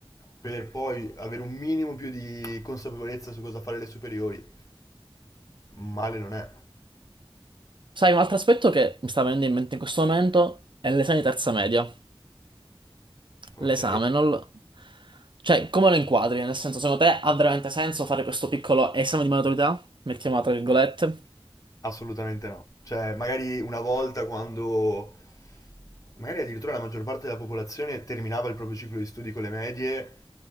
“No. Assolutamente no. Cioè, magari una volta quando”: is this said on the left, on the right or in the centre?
Left